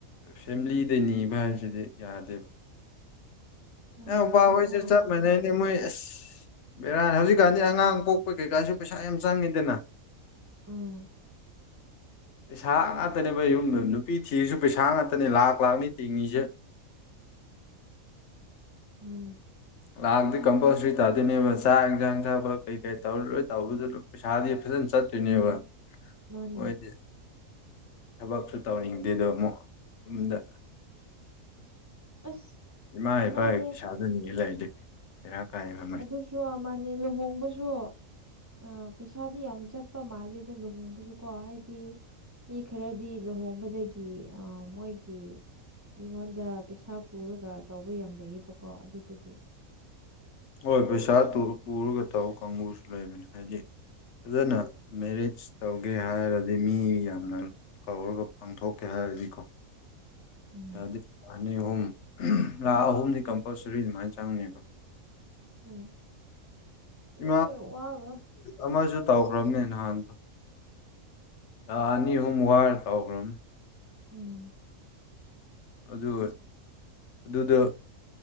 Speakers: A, on the left; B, on the right.
A: ꯐꯦꯃꯤꯂꯤꯗ ꯅꯤꯕ ꯍꯥꯏꯕꯁꯤꯗꯤ ꯌꯥꯗꯦꯕ
B: ꯑꯥ
A: ꯑ ꯎ ꯄ
B: ꯃꯃꯥ
A: ꯍꯣꯏꯁꯨ
B: ꯃꯄꯥꯗ
A: ꯆꯞ ꯃꯥꯟꯅꯩꯅꯦ ꯃꯣꯏ ꯑꯁ ꯕꯦꯔꯥ ꯍꯧꯖꯤꯛꯀꯥꯟꯗꯤ ꯑꯉꯥꯡ ꯄꯣꯛꯄ ꯀꯩꯀꯥꯁꯨ ꯄꯩꯁꯥ ꯌꯥꯝ ꯆꯪꯉꯤꯗꯅ
B: ꯎꯝ ꯫
A: ꯄꯩꯁꯥ ꯉꯥꯛꯇꯅꯦꯕ ꯌꯨꯝꯗ ꯅꯨꯄꯤ ꯊꯤꯔꯁꯨ ꯄꯩꯁꯥ ꯉꯥꯛꯇꯅꯦ ꯂꯥꯛ ꯂꯥꯛꯅꯤ ꯇꯤꯡꯉꯤꯁꯦ
B: ꯃꯥꯅꯦ
A: ꯂꯥꯛꯗꯤ ꯀꯝꯄꯜꯁꯔꯤ ꯇꯥꯗꯣꯏꯅꯦꯕ ꯆꯥꯛ ꯌꯦꯟꯁꯥꯡ ꯊꯥꯕ ꯀꯩ ꯀꯩ ꯇꯧꯔꯔꯣꯏ ꯇꯧꯕꯗꯨ ꯄꯩꯁꯥꯗꯤ ꯐꯖꯅ ꯆꯠꯇ꯭ꯣꯏꯅꯦꯕ
B: ꯃꯥꯅꯦ
A: ꯃꯣꯏꯗꯤ ꯊꯕꯛꯁꯨ ꯇꯧꯅꯤꯡꯗꯦꯗꯣ ꯑꯃꯨꯛ ꯌꯨꯝꯗ
B: ꯑꯁ
A: ꯏꯃꯥ ꯏꯄꯥꯒꯤ
B: ꯃꯥꯅꯦ
A: ꯄꯩꯁꯥꯗꯨꯅꯤꯉ ꯂꯩꯗꯤꯦ ꯕꯦꯔꯥ ꯀꯥꯏꯕ
B: ꯑꯗꯨꯁꯨ ꯃꯥꯅꯦ ꯂꯨꯍꯣꯡꯕꯁꯨ ꯑ ꯄꯩꯁꯥꯗꯤ ꯌꯥꯝ ꯆꯠꯄ ꯃꯥꯜꯂꯦꯗ ꯂꯨꯍꯣꯡꯕꯁꯨ ꯀꯣ ꯍꯥꯏꯗꯤ ꯃꯤ ꯈꯔꯗꯤ ꯂꯨꯍꯣꯡꯕꯗꯒꯤ ꯑ ꯃꯣꯏꯒꯤ ꯃꯤꯉꯣꯟꯗ ꯄꯩꯁꯥ ꯄꯨꯔꯒ ꯇꯧꯕ ꯌꯥꯝ ꯂꯩꯩꯌꯦꯕꯀꯣ ꯑꯗꯨꯗꯒꯤ
A: ꯍꯣꯏ ꯄꯩꯁꯥ ꯄꯨꯔꯒ ꯇꯧ ꯀꯥꯡꯕꯨꯁꯨ ꯂꯩꯕꯅꯤ ꯍꯥꯏꯗꯤ ꯐꯖꯅ ꯃꯦꯔꯤꯖ ꯇꯧꯒꯦ ꯍꯥꯏꯔꯗꯤ ꯃꯤ ꯌꯥꯝꯅ ꯀꯧꯔꯒ ꯄꯥꯡꯊꯣꯛꯀꯦ ꯍꯥꯏꯔꯗꯤꯀꯣ
B: ꯎꯝ
A: ꯗꯤ ꯂ ꯑꯅꯤ ꯑꯍꯨꯝ ꯂꯥꯛ ꯑꯍꯨꯝꯗꯤ ꯀꯝꯄꯜꯁꯔꯤ ꯑꯗꯨꯃꯥꯏꯅ ꯆꯪꯅꯦꯕ
B: ꯍꯣꯏ ꯎꯝ
A: ꯏ
B: ꯋꯥꯕ
A: ꯑꯃꯁꯨ ꯇꯧꯈ꯭ꯔꯕꯅꯦ ꯅꯍꯥꯟꯗ ꯊꯥ ꯑꯅꯤ ꯑꯍꯨꯝ ꯋꯥꯏꯔ ꯇꯧꯈ꯭ꯔꯕꯅꯦ
B: ꯎꯝ
A: ꯑꯗꯨ ꯑꯗꯨꯗꯣ